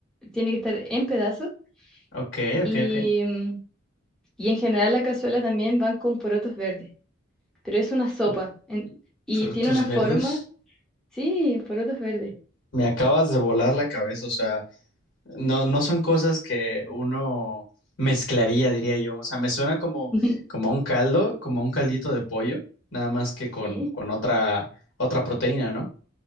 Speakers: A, in the centre; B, on the left (about 80°).
A: Tiene que estar en pedazos
B: Ok,
A: y,
B: ok, ok.
A: mm, y en general la cazuela también van con porotos verdes, pero es una sopa
B: Oh,
A: en- y
B: frutos
A: tiene una
B: verdes.
A: forma, sí, porotos verdes.
B: Me acabas de volar la cabeza, o sea, No, no son cosas que uno mezclaría, diría yo. O sea, me suena como,
A: <laughs>
B: como a un caldo, como a un caldito de pollo, nada más que con,
A: Sí,
B: con otra, otra proteína, ¿no?